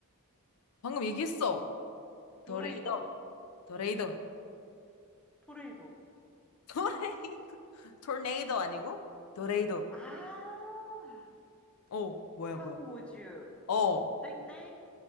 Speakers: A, on the left; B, in the centre.
A: 방금 얘기했어.
B: 도레이도?
A: 도레이도 도레이도
B: 도레이도.
A: <laughs> 도레이도 토네이도 아니고 도레이도
B: 아,
A: 어, 뭐야
B: how
A: 뭐야
B: would you?
A: 어,
B: 땡땡,